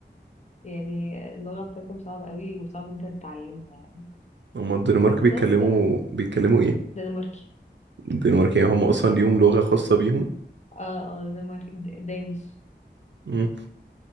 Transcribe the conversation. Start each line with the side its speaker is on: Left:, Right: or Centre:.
Left: يعني اللغه بتاعتهم صعبه قوي وصعب انت تتعلمها يعني
Right: هما الدنمارك بيتكلموا
Left: بس بقى
Right: بيتكلموا ايه
Left: دنماركي
Right: الدنمارك يعني هم اصلا ليهم لغه خاصه بيهم
Left: اه اه دنماركي د- دانش
Right: مم.